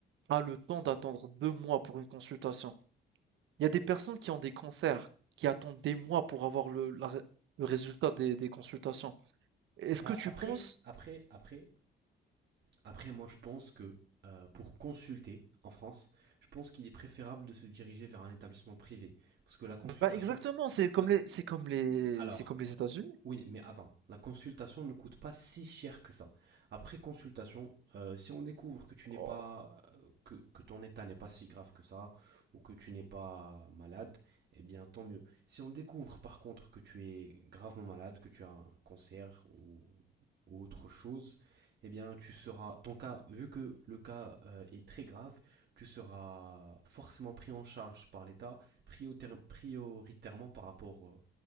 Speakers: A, on the right; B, on the right.
A: a le temps d'attendre 2 mois pour une consultation? Il y a des personnes qui ont des cancers, qui attendent des mois pour avoir le, la ré- le résultat des, des consultations. Est-ce
B: Bah
A: que tu
B: après,
A: penses?
B: après, après, après, moi je pense que euh, pour consulter en France, je pense qu'il est préférable de se diriger vers un établissement privé, parce que la consultation,
A: Bah exactement, c'est comme
B: la-
A: les, c'est comme les,
B: alors,
A: c'est comme les États-Unis.
B: Oui, mais attends, la consultation ne coûte pas si cher que ça. Après consultation, euh, si on découvre que tu n'es
A: Oh,
B: pas, euh, que, que ton état n'est pas si grave que ça, ou que tu n'es pas malade, eh bien tant mieux. Si on découvre par contre que tu es gravement malade, que tu as un cancer ou, ou autre chose, eh bien tu seras, ton cas, vu que le cas euh, est très grave, tu seras forcément pris en charge par l'État prioritaire- prioritairement par rapport, euh,